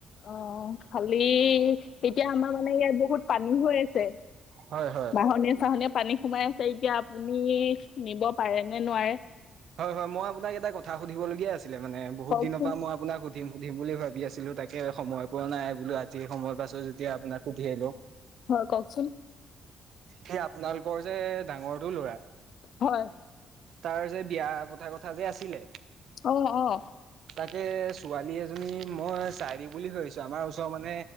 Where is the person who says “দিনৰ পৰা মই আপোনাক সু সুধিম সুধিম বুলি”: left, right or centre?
Right